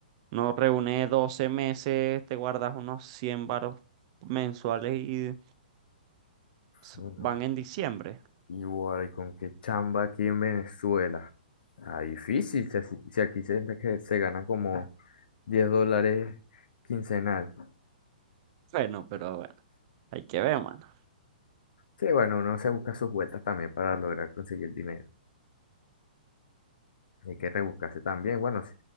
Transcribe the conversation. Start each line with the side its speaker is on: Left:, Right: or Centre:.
Right: No reúne 12 meses, te guardas unos 100 varos mensuales y s-
Left: Bueno,
Right: van en diciembre.
Left: Y bueno, ¿y con qué chamba aquí en Venezuela? Ah, difícil, si, así- si aquí se, que se gana como 10 dólares quincenal.
Right: Bueno, pero bueno. Hay que ver, mano.
Left: Sí, bueno, uno se busca sus vueltas también para lograr conseguir dinero. Y Hay que rebuscarse también. Bueno, sí,